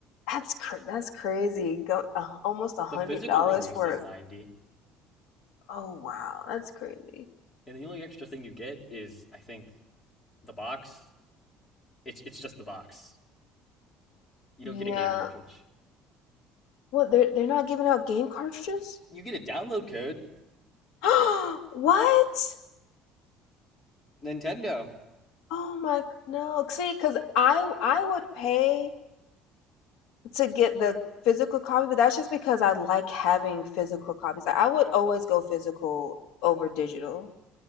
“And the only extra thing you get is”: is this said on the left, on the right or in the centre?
Left